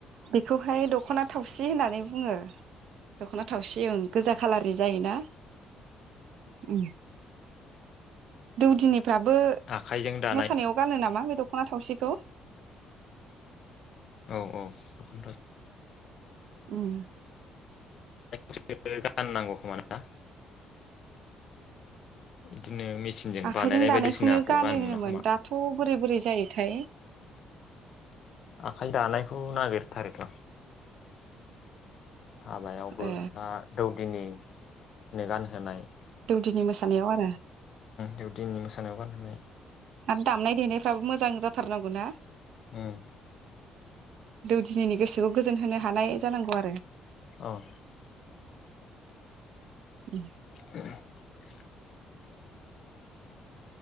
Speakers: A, on the right; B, on the left.
A: बेखौहाय दख'ना थावसि होननानै बुङो दख'ना थावसि ओं। गोजा खालारनि जायोना? उम दौदिनिफ्राबो
B: आखाइजों दानाय
A: मोसानायाव गानो नामा बे दख दखना थावसिखौ
B: औ औ दखाना थाव
A: उम।
B: <inaudible> राननांगौ खोमा ना बिदिनो मेचिनजों
A: आखाइजों
B: बानायनाय
A: दानायखौनो
B: बायदिसिनाखौ
A: गानो
B: गाननो मोना
A: होनोमोन
B: खोमा
A: दाथ बोरै बोरै जायोथाय
B: आखाइ दानायखौ नागिरथारोथ हाबायावबो
A: ओ
B: बा दौदिनि नो गान होनाय
A: दौदिनि मोसानायाव आरो
B: दौदिनि मोसानायाव उम
A: आरो दामनाय देनायफ्राबो मोजां जाथारनांगौ ना।
B: उम
A: दौदिनैनि गोसोखौ गोजोन होनो हानाय जानांगौ आरो
B: औ।
A: उम
B: <inaudible>